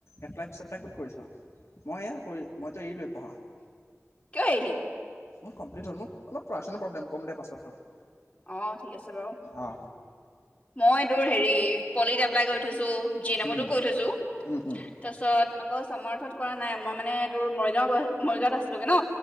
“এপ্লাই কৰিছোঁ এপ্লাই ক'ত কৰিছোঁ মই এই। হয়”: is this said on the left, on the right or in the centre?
Left